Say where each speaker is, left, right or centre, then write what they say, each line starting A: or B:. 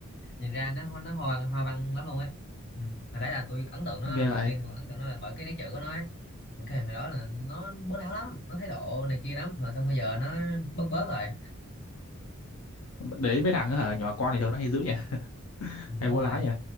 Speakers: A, on the left; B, on the left.
A: nhìn ra nó ho- nó hoa văn, hoa văn lắm luôn ấy ừ. hồi đấy là tôi ấn tượng nó
B: ghê
A: lần
B: vậy
A: đầu tiên tôi ấn tượng nó là bởi cái nét chữ của nó ấy mà cái hồi đó là nó bố láo lắm nó thái độ này kia lắm mà xong bây giờ nó bớt bớt rồi
B: đấy mấy thằng á hả nhỏ con thì thường nó hay dữ nhỉ
A: ừ,
B: hay
A: đúng
B: vô
A: rồi
B: lái nhỉ